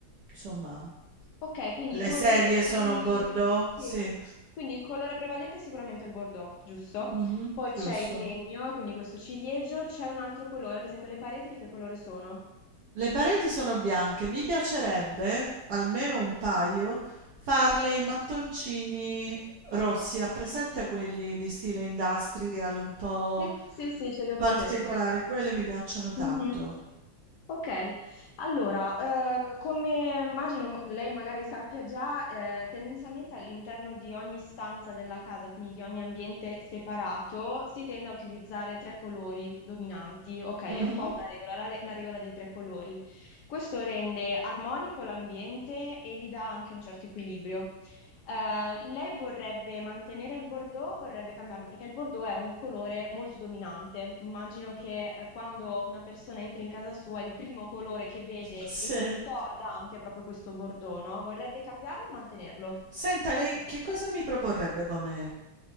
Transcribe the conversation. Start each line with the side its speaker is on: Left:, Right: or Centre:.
Right: insomma,
Left: Ok, quindi
Right: le
Left: i due
Right: sedie
Left: colori.
Right: sono Bordeaux,
Left: Sì.
Right: sì,
Left: Quindi il colore prevalente è sicuramente il bordeaux, giusto?
Right: Mhm,
Left: Poi c'è
Right: giusto.
Left: il legno, quindi questo ciliegio, c'è un altro colore, ad esempio le pareti di che colore sono?
Right: Le pareti sono bianche, mi piacerebbe, almeno un paio, farle in mattoncini rossi, ha presente quelli di stile industrial un po'
Left: Sì, sì, sì, ce li ho
Right: particolari,
Left: presente.
Right: quelli mi piacciono
Left: Mhm.
Right: tanto.
Left: Ok, allora, eh, come immagino lei magari sappia già, eh, tendenzialmente all'interno di ogni stanza della casa, quindi di ogni ambiente separato, si tende a utilizzare tre colori dominanti. Ok, è
Right: Mhm.
Left: un po' una regola, la, la regola dei tre colori. Questo rende armonico l'ambiente e gli dà anche un certo equilibrio. Eh, lei vorrebbe mantenere il bordeaux, vorrebbe cambiarlo perché il bordeaux è un colore molto dominante. Immagino che eh, quando una persona entra in casa sua, il primo colore che vede
Right: Se-
Left: e che ricorda anche è proprio questo bordeaux, no? Vorrebbe cambiarlo o mantenerlo?
Right: Senta, lei che cosa mi proporrebbe come